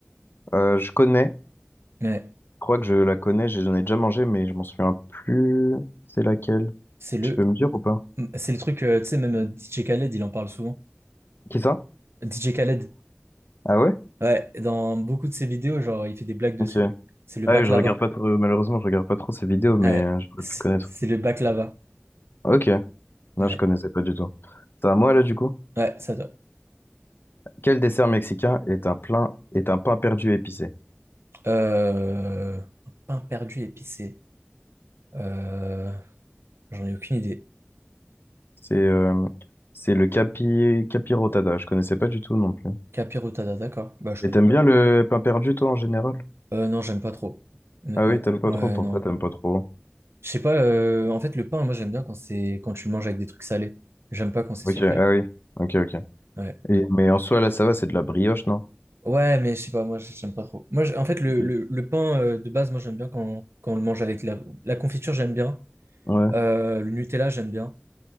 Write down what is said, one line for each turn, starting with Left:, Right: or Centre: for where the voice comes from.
Left: Euh, je connais, je
Right: Ouais,
Left: crois que je la connais, j'ai- j'en ai déjà mangé, mais je m'en souviens plus. C'est laquelle?
Right: c'est le,
Left: Tu peux me dire ou pas?
Right: c'est le truc, euh, tu sais, même euh, DJ Khaled, il en parle souvent.
Left: Qui ça?
Right: DJ Khaled,
Left: Ah ouais?
Right: ouais, dans beaucoup de ses vidéos, genre, il fait des blagues dessus.
Left: Ok.
Right: C'est le
Left: Ah
Right: baklava.
Left: oui, je regarde pas trop, malheureusement, je regarde pas trop ces vidéos, mais
Right: Ouais,
Left: euh, j'aurais
Right: c'est
Left: pu connaître.
Right: c'est le baklava.
Left: Ok. Non,
Right: Ouais,
Left: je connaissais pas du tout. C'est à moi là, du coup.
Right: ouais, ça doit.
Left: Quel dessert mexicain est un plein, est un pain perdu épicé?
Right: Euh, un pain perdu épicé. Euh, j'en ai aucune idée.
Left: C'est, euh, c'est le capi, capirotada. Je connaissais pas du tout non plus.
Right: Capirotada, d'accord. Bah, je
Left: Et
Right: connais
Left: t'aimes
Right: pas.
Left: bien le pain perdu, toi, en général?
Right: Euh, non, j'aime pas trop, honnêtement.
Left: Ah oui, t'aimes pas
Right: Ouais,
Left: trop. Pourquoi
Right: non.
Left: t'aimes pas trop?
Right: Je sais pas, euh, en fait, le pain, moi, j'aime bien quand c'est quand tu le manges avec des trucs salés. J'aime pas quand c'est
Left: Ok,
Right: sucré.
Left: ah oui. Ok, ok.
Right: Ouais.
Left: Et- mais en soi, là, ça va, c'est de la brioche, non?
Right: Ouais, mais je sais pas, moi, j'aime pas trop. Moi, j'- en fait, le,
Left: Ok.
Right: le- le pain euh, de base, moi, j'aime bien quand, quand on le mange avec la, la confiture, j'aime bien.
Left: Ouais.
Right: Euh, le Nutella, j'aime bien.